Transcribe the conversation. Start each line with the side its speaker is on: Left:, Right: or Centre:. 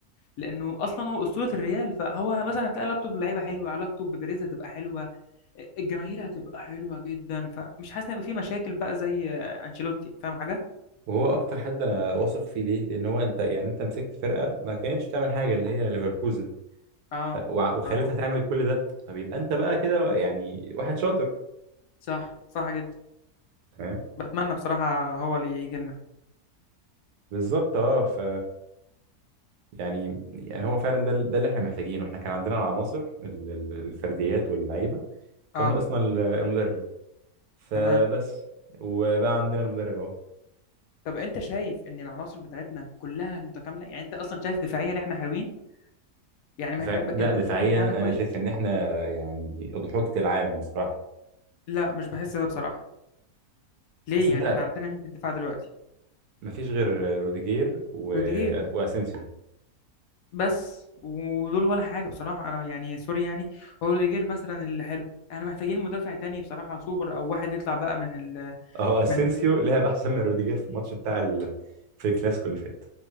Left: لانه اصلا هو اسطوره الريال فهو مثلا هتلاقي علاقته باللعيبه حلوه علاقته ببيريز هتبقى حلوه الجماهير هتبقى حلوه جدا فمش حاسس ان هيبقى في مشاكل بقى زي آه، انشيلوتي فاهم حاجه
Right: وهو اكتر حد انا واثق فيه ليه لان هو انت يعني انت مسكت فرقه ما كانتش تعمل حاجه اللي هي ليفركوزن
Left: اه
Right: ف- وع- وخليتها
Left: صح
Right: تعمل كل ده طب يبقى انت بقى كده يعني واحد شاطر
Left: صح صح جدا
Right: فاهم
Left: بتمنى بصراحه هو اللي يجي لنا
Right: بالظبط اه ف يعني يعني هو فعلا ده ده اللي احنا محتاجينه احنا كان عندنا العناصر ال- ال- الفرديات واللعيبه كان
Left: اه
Right: ناقصنا ال- المدرب فبس
Left: تمام
Right: وبقى عندنا المدرب اهو
Left: طب انت شايف ان العناصر بتاعتنا كلها متكامله يعني انت اصلا شايف دفاعيا احنا حلوين يعني ما-
Right: دفاع...
Left: الب-
Right: لا
Left: الباك
Right: دفاعيا
Left: يمين بتاعنا
Right: انا
Left: كويس
Right: شايف ان احنا يعني اضحوكة العالم بصراحه
Left: لا مش بحس ده بصراحه ليه
Right: اصل
Left: يعني
Right: انت
Left: احنا عندنا مين في الدفاع دلوقتي
Right: مفيش غير روديجير و...
Left: روديجير
Right: واسينسيو
Left: بس ودول ولا حاجة بصراحة أنا يعني سوري يعني هو روديجير مثلا اللي حلو احنا محتاجين مدافع تاني بصراحة سوبر أو واحد يطلع بقى من ال
Right: اهو اسينسيو
Left: من
Right: لعب احسن من روديجير في الماتش بتاع ال... في الكلاسيكو اللي فات